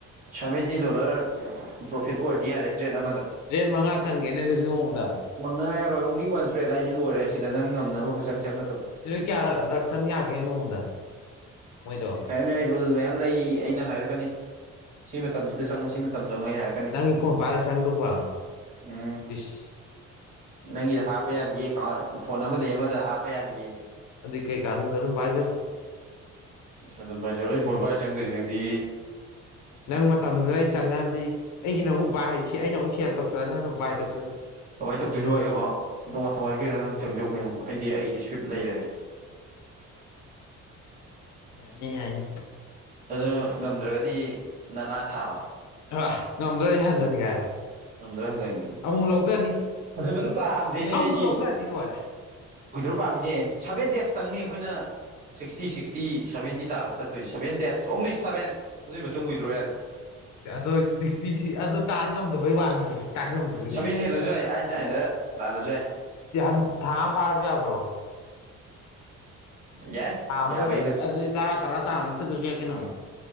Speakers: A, on the right (about 25°); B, on the left (about 70°).
A: ꯁꯚꯦꯟꯇꯤ ꯗꯣꯂꯔ ꯄ꯭ꯔꯣꯐꯤꯠ ꯑꯣꯏꯔꯗꯤ ꯌꯥꯔꯦ ꯇ꯭ꯔꯦꯠ ꯑꯃꯗ
B: ꯇ꯭ꯔꯦꯠ ꯃꯉꯥ ꯆꯪꯒꯦꯅꯦ ꯑꯗꯨ ꯅꯣꯡꯗ
A: ꯃꯉꯥ ꯌꯥꯔꯣꯏ ꯑꯣꯡꯂꯤ ꯋꯥꯟ ꯊ꯭ꯔꯦꯗ ꯍꯥꯏꯁꯦ ꯂꯣꯏꯔꯦ ꯁꯤꯗ ꯅꯪ ꯉꯝꯅꯕ ꯈꯣꯢꯆꯪ ꯆꯪꯒꯗꯕ
B: ꯀꯌꯥ ꯔꯛ ꯆꯪ ꯌꯥꯒꯦ ꯅꯣꯡꯃꯗ ꯃꯣꯏꯗꯣ
A: ꯃꯌꯥꯝ ꯌꯥꯏ ꯔꯨꯜ ꯃꯌꯥꯝ ꯂꯩ ꯑꯩꯅ ꯍꯥꯏꯔꯛꯀꯅꯤ ꯁꯤ ꯃꯇꯝꯁꯤꯗ ꯆꯪꯉꯨ ꯁꯤ ꯃꯇꯝ ꯆꯪꯉꯣ ꯑꯩꯅ ꯍꯥꯏꯔꯛꯀꯅꯤ
B: ꯅꯪ ꯐꯣꯟ ꯄꯥꯏꯔ ꯆꯪꯗꯧꯕ
A: ꯎꯝ
B: ꯏꯁ
A: ꯅꯪꯒꯤꯗ ꯍꯥꯞꯄ ꯌꯥꯗꯤꯌꯦ ꯑꯦꯀꯥꯎꯟ ꯐꯣꯟ ꯑꯃꯗꯒꯤ ꯑꯃꯗ ꯍꯥꯞꯄ ꯌꯥꯗꯤꯌꯦ
B: ꯑꯗꯨ ꯀꯩꯀꯥꯟꯗꯣꯢꯕ ꯑꯗꯨꯝ ꯄꯥꯏꯖꯔꯣ
A: ꯑꯆꯥ ꯑꯗꯨꯝ ꯚꯥꯏꯖꯔꯑꯣ ꯑꯩ ꯐꯣꯟ ꯄꯥꯏꯔ ꯆꯪꯗꯣꯏꯁꯤ ꯅꯪꯗꯤ
B: ꯅꯪ ꯃꯇꯝꯗꯨꯗ ꯑꯩ ꯆꯪꯉꯑꯗꯤ ꯑꯩꯒꯤꯅ ꯑꯃꯨꯛ ꯕꯥꯏ ꯁꯤ ꯑꯩꯅ ꯑꯃꯨꯛ ꯁꯦꯜ ꯇꯧꯁꯤꯂ ꯅꯪꯅ ꯕꯥꯏ ꯇꯧꯁꯤꯔꯛ
A: ꯀꯃꯥꯏꯅ ꯇꯧꯗꯣꯏꯅꯣ ꯑꯩ ꯑꯦꯀꯥꯎꯟ ꯇꯣꯉꯥꯟ ꯇꯣꯉꯥꯟ ꯀꯩꯅꯣ ꯅꯪ ꯆꯪꯖꯧ ꯀꯩꯅꯣ ꯑꯩꯗꯤ ꯑꯩꯒꯤꯗꯤ ꯁ꯭ꯋꯤꯞ ꯂꯩꯔꯦ
B: ꯌꯥꯏꯅꯦ ꯌꯥꯏꯅꯦ
A: ꯑꯗꯨ ꯉꯝꯗ꯭ꯔꯒꯗꯤ ꯅꯅꯥ ꯁꯥꯕ
B: ꯑꯥ ꯉꯝꯗ꯭ꯔꯗꯤ ꯑꯩ ꯍꯟꯖꯤꯟꯒꯦ ꯍꯥꯏꯔꯦ
A: ꯉꯝꯗ꯭ꯔ ꯍꯟꯖꯟꯒꯦ
B: ꯑꯃꯨꯛ ꯂꯧꯗꯅꯤ
A: ꯍꯟꯖꯟꯕꯗꯨ ꯄꯥꯝꯗꯦꯅꯦ
B: ꯑꯃꯨꯛ
A: ꯑꯩꯗꯤ
B: ꯂꯧꯗꯅꯤ ꯂꯣꯏꯔꯦ
A: ꯋꯣꯗ꯭ꯔꯣ ꯄꯥꯝꯃꯤꯁꯦ ꯁꯚꯦꯟ ꯗꯦꯖꯇꯪꯅꯤ ꯑꯩꯈꯣꯏꯅ ꯁꯤꯛꯁꯇꯤ ꯁꯤꯛꯁꯇꯤ ꯁꯚꯦꯟꯇꯤ ꯇꯥꯔ ꯆꯠꯇꯣꯏꯁꯦ ꯁꯚꯦꯟ ꯗꯦꯁ ꯑꯣꯡꯂꯤ ꯁꯚꯦꯟ ꯑꯗꯨꯒꯤ ꯃꯇꯨꯡ ꯋꯤꯗ꯭ꯔꯣ ꯌꯥꯔꯦ
B: ꯑꯗꯣ ꯁꯤꯛꯁꯇꯤ ꯑꯗꯣ ꯇꯥꯟ ꯉꯝꯗꯕꯩ ꯋꯥ ꯇꯥꯟ ꯉꯝꯗ <unintelligible>
A: ꯁꯚꯦꯟ ꯍꯦꯜꯂꯁꯨ ꯌꯥꯏ ꯑꯥꯏꯠ ꯅꯥꯏꯟꯗ ꯇꯥꯜꯂꯁꯨ ꯌꯥꯏ
B: ꯌꯥꯎꯟ ꯊꯥ ꯑꯝ ꯐꯥꯔꯁꯨ ꯌꯥꯗ꯭ꯔꯣ
A: ꯌꯥꯏ
B: ꯊꯥ ꯑꯝꯗ
A: ꯌꯥꯕꯩꯕꯨꯗꯤ
B: ꯑꯗꯨꯗꯤ ꯇꯔꯥ ꯇꯔꯥ ꯇꯥꯅ ꯆꯠꯂꯁꯨ ꯌꯥꯏ ꯀꯩꯅꯣ